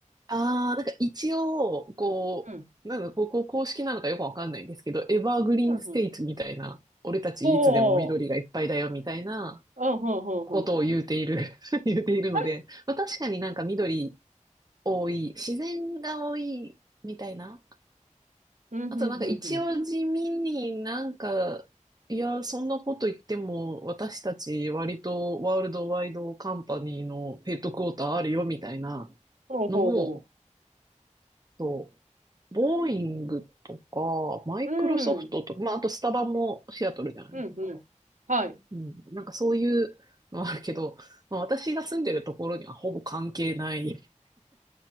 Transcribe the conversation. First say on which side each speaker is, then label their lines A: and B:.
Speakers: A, on the right; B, on the right.
A: ああ、なんか一応、こう、
B: うん。
A: なんだ、ここ公式なのかよくわかんないんですけど、エバーグリーンステイツみたいな、
B: うんうん。
A: 俺たちいつでも緑がいっぱいだよみたいな
B: おー、うん、ほうほうほう。
A: ことを言うている、<laughs> 言うているので、
B: はい
A: まあ確かになんか緑多い、自然が多いみたいな。
B: うん、
A: あとなんか一応地味になんか、
B: うん、うん、うん。
A: いや、そんなこと言っても私たち割とワールドワイドカンパニーのヘッドクォーターあるよみたいな
B: ほうほうほ
A: のも、そう。ボーイングとか、マイクロソフトとか、
B: う。うん、う
A: まあ、あとスタバもシアトルじゃないですか。
B: ん、うん。はい。
A: うん。なんかそういうのはあるけど、まあ、私が住んでるところにはほぼ関係ない、